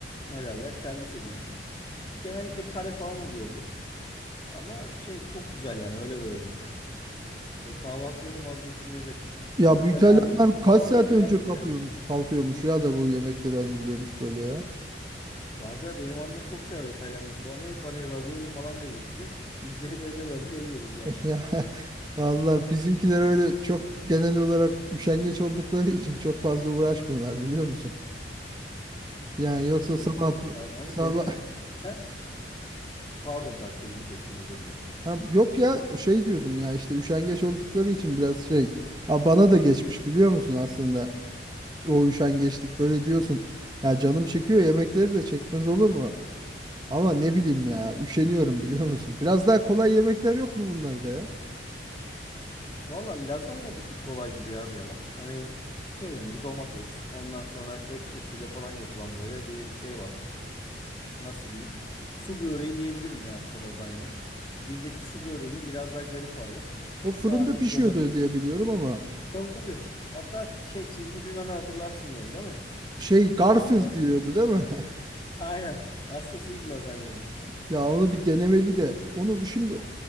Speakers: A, on the left (about 25°); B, on the right (about 25°).
A: Ne derler? Servis ediyorsun. Genellikle kare falan oluyor bu. Ama şey çok güzel yani öyle böyle değil. Böyle kahvaltıların vazgeçilmezi.
B: Ya
A: Biz
B: bu İtalyanlar
A: hani annem
B: kaç
A: falan
B: saat
A: hep
B: önce
A: yerdik
B: kapıyormuş,
A: yani.
B: kalkıyormuş ya da bu yemekleri hazırlıyormuş böyle ya.
A: Kanka benim annem çok sever İtalyan mutfağını. Hep hani ravioli falan verir bize. Biz de hep evde ravioli yeriz yani.
B: <laughs> Ya Allah bizimkiler öyle çok genel olarak üşengeç oldukları için çok fazla uğraşmıyorlar biliyor musun? Yani yoksa
A: Olsun
B: sabah
A: olsun. Ama
B: sabah
A: dene ya. Sen pardon kanka sözünü kestim özür dilerim.
B: Ha, yok ya şey diyordum ya işte üşengeç oldukları için biraz şey. Ha, bana da geçmiş biliyor musun aslında o üşengeçlik böyle diyorsun. Ya canım çekiyor yemekleri de çekmez olur mu? Ama ne bileyim ya üşeniyorum <laughs> biliyor musun? Biraz daha kolay yemekler yok mu bunlarda ya?
A: Valla lazanya bir tık kolay gibi ya birader. Hani peynir, domates, ondan sonra et sosuyla falan yapılan böyle bir şey var. Nasıl diyeyim? Su böreği diyebilirim ya aslında lazanya. Bizdeki su böreğinin biraz daha garip hali.
B: O fırında
A: Daha çok
B: pişiyordu
A: domates.
B: diye biliyorum ama
A: Tabii tabii. Hatta şey çizgi filmden hatırlarsın böyle değil mi?
B: şey Garfield
A: La-
B: yiyordu değil mi? <laughs>
A: Aynen. Hastasıydı lazanyanın.
B: Ya onu bir denemeli de onu bu- şimdi